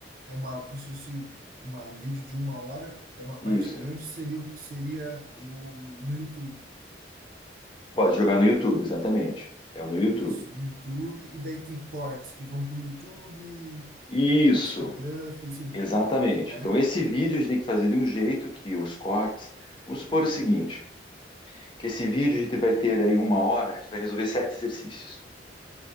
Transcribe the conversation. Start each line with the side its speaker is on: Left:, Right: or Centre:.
Right: é uma, como se fosse uma, um vídeo de uma hora, é uma parte
Left: Isso,
Right: grande, seria o que seria o, no YouTube.
Left: Pode jogar no YouTube, exatamente. É no YouTube.
Right: Isso, no YouTube, e daí tem cortes que vão pro YouTube,
Left: Isso,
Right: é Instagram, Facebook,
Left: exatamente.
Right: né?
Left: Então, esse vídeo a gente tem que fazer de um jeito que os cortes. Vamos supor o seguinte: que esse vídeo a gente vai ter aí uma hora, a gente vai resolver sete exercícios.